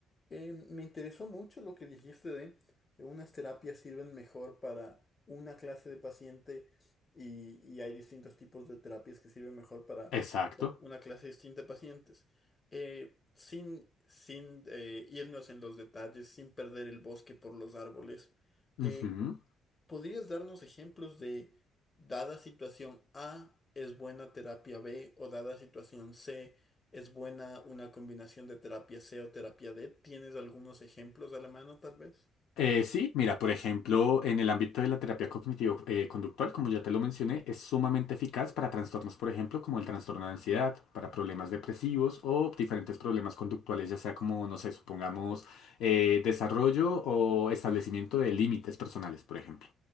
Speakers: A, on the left; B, on the left.
A: Eh, me interesó mucho lo que dijiste de que unas terapias sirven mejor para una clase de paciente y, y hay distintos tipos de terapias que sirven mejor para
B: Exacto.
A: una clase distinta de pacientes. Eh, sin sin eh, irnos en los detalles, sin perder el bosque por los árboles,
B: Ujú.
A: eh, ¿Podrías darnos ejemplos de dada situación A es buena terapia B o dada situación C es buena una combinación de terapia C o terapia D? ¿Tienes algunos ejemplos a la mano, tal vez?
B: Eh, sí, mira, por ejemplo, en el ámbito de la terapia cognitivo-conductual, como ya te lo mencioné, es sumamente eficaz para trastornos, por ejemplo, como el trastorno de ansiedad, para problemas depresivos o diferentes problemas conductuales, ya sea como, no sé, supongamos, eh, desarrollo o establecimiento de límites personales, por ejemplo,